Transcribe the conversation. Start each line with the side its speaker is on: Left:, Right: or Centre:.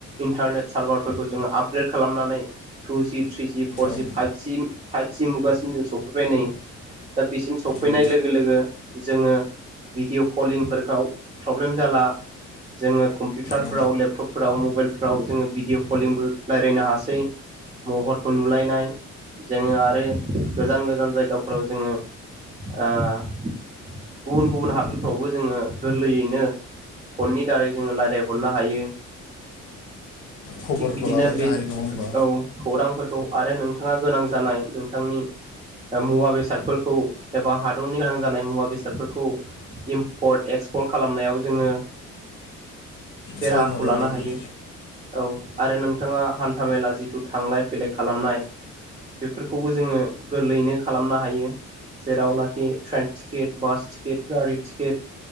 Right: इन्टारनेट सारभारफोरखौ जोङो आपग्रेड खालामनानै टुजि थ्रिजि फरजि
Left: औ
Right: फाइभजि फाइभजि मुगासिम जों सफैबाय नै दा बिसिम सफैनाय
Left: उम
Right: लोगो लोगो जोङो भिडिअ' कलिंफोरखौ प्रब्लेम जाला जोङो कम्पिउटारफ्राव
Left: औ
Right: लेपटपफोराव मबाइलफ्राव जोङो भिडिअ कलिंबो रायलायनो हासै महरखौ नुलायनाय जोङो आरो गोजान गोजान जायगाफोराव जोङो आ गुबुन गुबुन हादोरफ्रावबो जोङो गोरलैयैनो फननि दारै जोङो रायलायहरनो हायो
Left: खबरखौ
Right: थिग बिदिनो
Left: लालायनो
Right: बे
Left: हायो नङा होमबा
Right: औ खौरांफोरखौ आरो नोंथाङा गोनां जानाय नोंथांनि मुवा बेसादफोरखौ एबा हादरनि गोनां जानाय मुवा बेसादफोरखौ इम्पर्ट एक्सपर्ट खालामनायाव जोङो
Left: सहाय
Right: राहाखौ
Left: मदद
Right: लानो
Left: मोनबाय
Right: हायो औ आरो नों थाङा हान्थामेला जिथु थांलाय फैलाय खालामनाय बेफोरखौबो जोङो गोरलैयैनो खालामनो हायो। जेरावनाखि ट्रेन टिकेट बास टिकेट गारि टिकेट